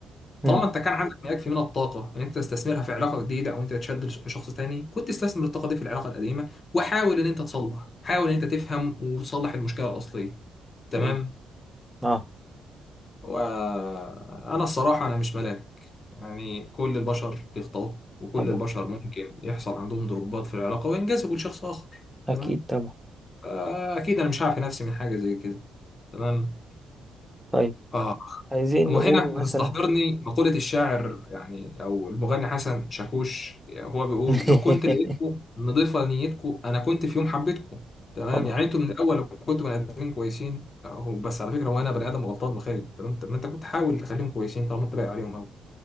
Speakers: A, in the centre; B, on the left (about 40°).
A: مم.
B: طالما انت كان عندك ما يكفي من الطاقه ان انت تستثمرها في علاقه جديده او انت تشد لش- شخص تاني كنت استثمر الطاقه دي في العلاقه القديمه وحاول ان انت تصلح حاول ان انت تفهم وتصلح المشكله الاصليه تمام
A: حلو آه
B: وانا الصراحه انا مش ملاك يعني كل البشر بيخطئوا وكل
A: طبعا
B: البشر ممكن يحصل عندهم ضربات في العلاقه وينجذبوا لشخص اخر
A: أكيد
B: تمام
A: طبعا
B: آه، اكيد انا مش هعفي نفسي من حاجه زي كده تمام
A: طيب
B: آه.
A: عايزين
B: وهنا
A: نقول مثلا
B: بتستحضرني مقولة الشاعر يعني أو المغني حسن شاكوش هو بيقول
A: <laughs>
B: لو كنت لقيتكم نضيفة نيتكم أنا كنت في يوم حبيتكم تمام
A: طبعا
B: يعني أنتوا من الأول لو كنتوا بني آدمين كويسين هو بس على فكرة هو أنا بني آدم غلطان وخايب تمام طب ما أنت كنت حاول تخليهم كويسين طالما أنت باقي عليهم أوي